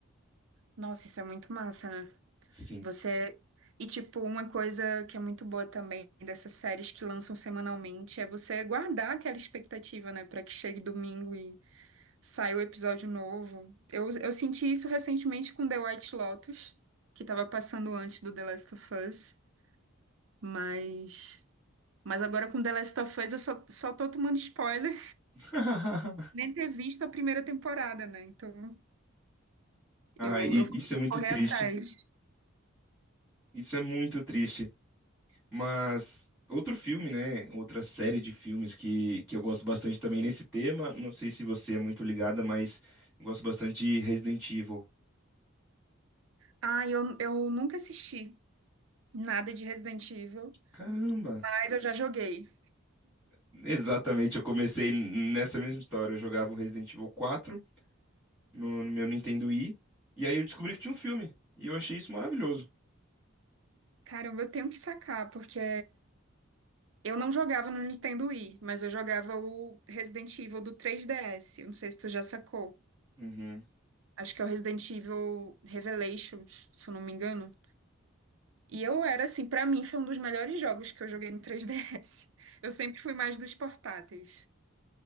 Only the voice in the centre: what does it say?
Sim.
<laughs>
Ah,
e-
isso é muito
triste.
Isso é muito triste. Mas outro filme, né? Outra série de filmes que, que eu gosto bastante também nesse tema. Não sei se você é muito ligada, mas eu gosto bastante de Resident Evil.
Caramba!
Exatamente, eu comecei nessa mesma história. Eu jogava o Resident Evil 4 no, no meu Nintendo Wii, e aí eu descobri que tinha um filme. E eu achei isso maravilhoso.
Uhum.